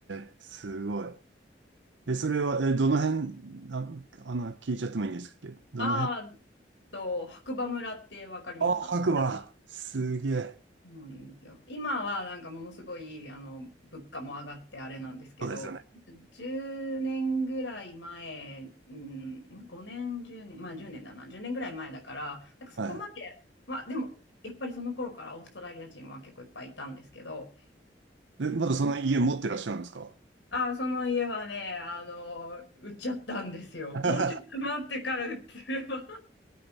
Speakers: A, on the right; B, on the left.
A: え、すごい。え、それは、え、どの辺、あ、あの、聞いちゃってもいいんですっけどの辺
B: ああ、と、白馬村ってわかりますかね
A: ああ、白馬。すげえ。
B: そうなんですよ。今はなんかものすごい、あの、物価も上がってあれなんですけど、
A: そうですよね。
B: 10年ぐらい前、うん、5年、10年、まあ10年だな、10年ぐらい前だから、なんかそこまで、
A: は
B: まあでも、やっぱりその頃からオーストラリア人は結構いっぱいいたんですけど、
A: い。え、まだその家持ってらっしゃるんですか
B: あ、その家はね、あの、売っちゃったんですよ。
A: <laughs>
B: もうちょっと待ってから売ってれば